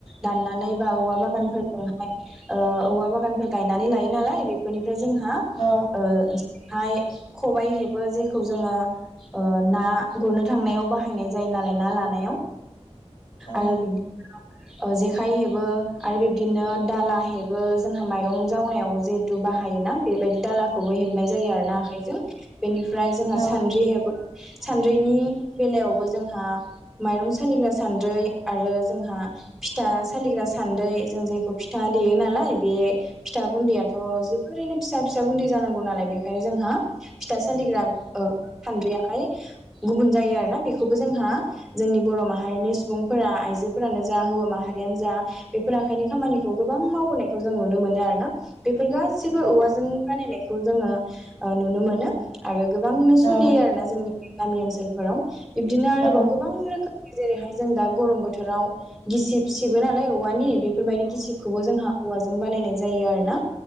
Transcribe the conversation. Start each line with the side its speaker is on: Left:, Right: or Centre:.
Centre: दाननानै बा औवा बागानफोरजोंहाय ओ औव बा बागानफोर गायनानै लायो नालाय बेफ ओमफ्राय जोंहा
Left: औ
Centre: ओ हाय खबायाइ हेब बो जेखौ जोङो ओ ना गुरनो थांनायाव बाहायनाय जायो नालाय ना लानायाव
Left: औ
Centre: आरो बिब ओ जेखाइ हेबो आरो बिब्दिनो दाला हेबो जोंहा माइरं जावनायाव जिहेथु बाहायोना बेबायदि दाला खौबो हेबनाय जायो आरो ना आखाइजों बेनिफ्राय जोंहा
Left: औ
Centre: सान्द्रि हेबो। सान्द्रिनि बेलायावबो जोंहा माइरं सालिग्रा सान्द्रै आरो जोंहा फिथा सालिग्रा सान्द्रै जों जेखौ फिथा देयो नालाय बे फिथा गुन्दैआथ जों ओरैनो फिसा फिसा गुन्दै जानांगौ नालाय बेखायनो जोंहा फिथा सालिग्रा ओ सान्द्रिआहाय गुबुन जायो आरोना बेखौबो जोंहा जोंनि बर माहारिनि सुबुंफोरा आइजोफोरानो जा हौवा माहारियानो जा बेफोर आखाइनि खामानिखौ
Left: औ
Centre: गोबां मावबोनाय खौ जों नुनो मोनो आरो ना बेफोर गासिबो
Left: नंगौ
Centre: औवाजों
Left: नोंथां
Centre: बानायनाय खौ जोङो नुनो मोनो आरो गोबांनो सोलियो
Left: औ
Centre: आरोना जोंनि गामि ओनसोलफोराव बिबदिनो आरोबाव
Left: औ
Centre: गोबां
Left: नंगौ
Centre: रोखोमनि जेरैहाय जों दा गरम बोथोराव गिसिब सिबो नालाय औवानि बेफोरबायदि गिसिबखौबो
Left: औ
Centre: जोंहा औवाजों बानायनाय जायो आरोना